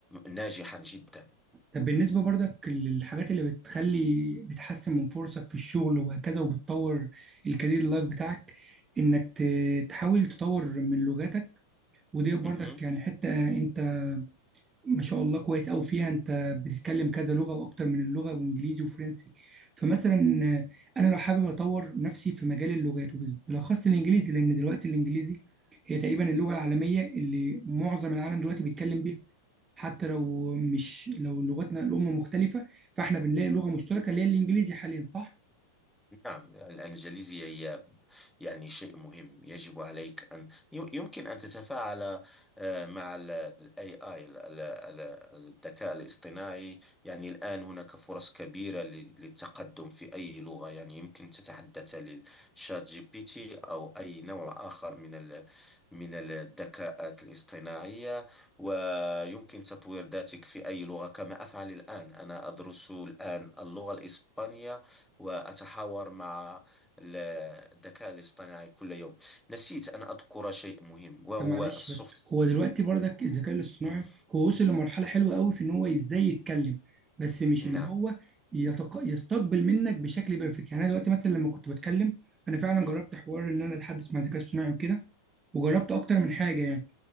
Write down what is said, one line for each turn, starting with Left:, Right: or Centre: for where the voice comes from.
Centre: ناجحا جدا
Right: طب بالنسبه برضك للحاجات اللي بتخلي بتحسن من فرصك في الشغل وهكذا وبتطور الكارير اللايف بتاعك انك ت- تحاول تطور من لغتك ودي برضك
Centre: مهم.
Right: يعني حته انت ما شاء الله كويس أوي فيها أنت بتتكلم كذا لغة وأكتر من اللغة وإنجليزي وفرنسي فمثلا آه، أنا لو حابب أطور نفسي في مجال اللغات وبالأخص الإنجليزي لأن دلوقتي الإنجليزي هي تقريبا اللغة العالمية اللي معظم العالم دلوقتي بيتكلم بيها حتى لو مش لو لغتنا الأم مختلفة فإحنا بنلاقي لغة مشتركة اللي هي الإنجليزي حاليا صح؟
Centre: نعم الإنجليزية هي يعني شيء مهم يجب عليك أن ي- يمكن أن تتفاعل آه، مع ال AI ال- ال- ال- الذكاء الاصطناعي يعني الآن هناك فرص كبيرة لل- للتقدم في أي لغة يعني يمكن تتحدث للشات جي بي تي أو أي نوع آخر من ال من الذكاءات الاصطناعية ويمكن تطوير ذاتك في أي لغة كما أفعل الآن أنا أدرس الآن اللغة الإسبانية وأتحاور مع ال- الذكاء الاصطناعي كل يوم نسيت أن أذكر شيء مهم وهو
Right: طب معلش
Centre: السوفت
Right: بس هو دلوقتي برضك الذكاء الاصطناعي
Centre: مم،
Right: هو وصل لمرحلة حلوة قوي في ان هو ازاي يتكلم بس مش
Centre: نعم
Right: اللي هو يتق... يستقبل منك بشكل بيرفكت يعني انا دلوقتي مثلا لما كنت بتكلم انا فعلا
Centre: مم،
Right: جربت حوار ان انا اتحدث مع الذكاء الاصطناعي وكده وجربت
Centre: مم،
Right: اكتر من حاجة يعني